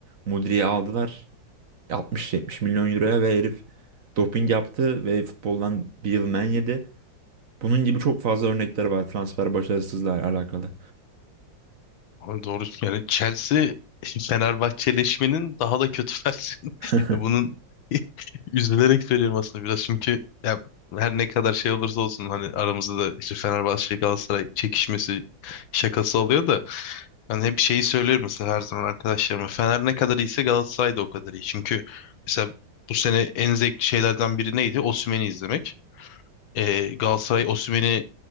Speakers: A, on the right (about 50°); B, on the left (about 85°).
A: Mudri'yi aldılar 60-70 milyon euroya ve herif doping yaptı ve futboldan bir yıl men yedi. Bunun gibi çok fazla örnekleri var transfer başarısızlıkla alakalı.
B: abi doğru yani Chelsea Fenerbahçeleşmenin daha da kötü <laughs>
A: <laughs>
B: Ya bunun <laughs> üzülerek söylüyorum aslında biraz çünkü ya her ne kadar şey olursa olsun hani aramızda da işte Fenerbahçe şey Galatasaray çekişmesi şakası oluyor da ben hep şeyi söylüyorum mesela her zaman arkadaşlarıma Fener ne kadar iyiyse Galatasaray da o kadar iyi. Çünkü mesela bu sene en zevkli şeylerden biri neydi? Osimhen'i izlemek. Ee, Galatasaray Osimhen'i